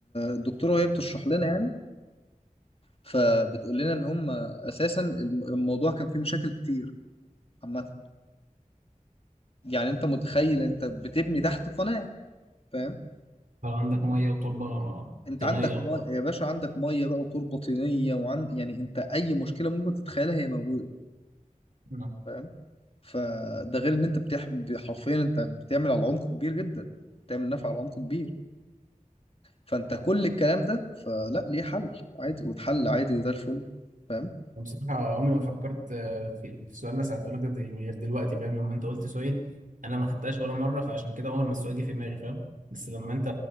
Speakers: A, on the left; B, on the right.
A: الدكتورة وهي بتشرح لنا يعني فبتقول لنا ان هم اساسا الم- الموضوع كان فيه مشاكل كتير عامه يعني انت متخيل انت بتبني تحت قناه فاهم
B: لو عندك ميه وتربه
A: انت
B: طينيه
A: عندك
B: وحر
A: ميه يا باشا عندك ميه بقى وتربه طينيه وعند يعني انت اي مشكله ممكن تتخيلها هي موجوده
B: مم.
A: فاهم فده غير ان انت بتح... حرفيا انت بتعمل على عمق كبير جدا بتعمل نفع على عمق كبير فانت كل الكلام ده فلا ليه حل عادي واتحل عادي وده الفل فاهم
B: أنا بصراحة عمري ما فكرت آه، في في السؤال اللي سألته لك ده يعني غير دلوقتي فاهم لما أنت قلت سؤال أنا ما خدتهاش ولا مرة فعشان كده عمر ما السؤال جه في دماغي فاهم بس لما أنت